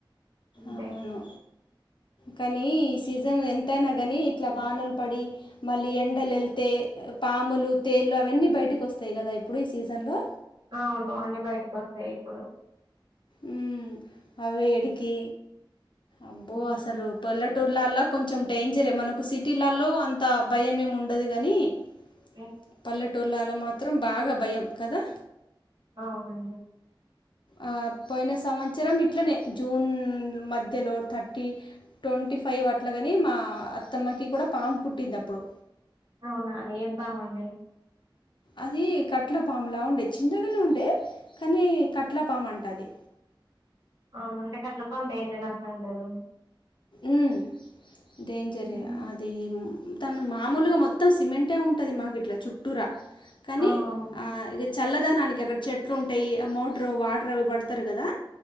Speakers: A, on the right; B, on the left.
A: అంతే
B: అవును కానీ ఈ సీజన్ ఎం ఎంతైనా గానీ ఇట్లా వానలు పడి మళ్ళీ ఎండలు ఎళ్తే పాములు తేళ్ళు అవన్నీ బైటికొస్తాయి కదా ఇప్పుడు ఈ సీజన్లో
A: అవునవును అన్ని బైటకొస్తాయి ఇప్పుడు
B: ఉమ్ ఆ వేడికి అబ్బో
A: ఉమ్.
B: అస్సలు పల్లెటూర్లల్ల కొంచెం డేంజరే మనకు సిటీలల్లో అంత భయమేముండదు కానీ <inaudible>
A: ఎర్ <inaudible>
B: పల్లెటూర్లలో మాత్రం బాగా భయం కదా
A: అవునండి
B: ఆ పోయిన సంవత్సరం ఇట్లనే జూన్ మ ధ్యలో థర్టీ ట్వంటీ ఫైవ్ అట్లా కని మా అత్తమ్మకి కూడా పాము కుట్టిందప్పుడు
A: అవునా అండి ఏం పామండి
B: అదీ కట్లపాములా ఉండే చిన్నగనే ఉండే కానీ కట్ల పాము అంటా రూ
A: అవునా కట్లా పాము డేంజర్ అంటారు కదా
B: ఉమ్ డేంజరే
A: హ్మ్.
B: ఇగ ఏమో తను మామూలుగా మొత్తం సిమెంటే ఉంటాది మాకు ఇట్లా చుట్టూర కానీ
A: ఆ అవును.
B: ఇగ చల్లదనానికి అక్కడ చెట్లు ఉంటాయి మోటార్ వాటరు అవి పడతారు కదా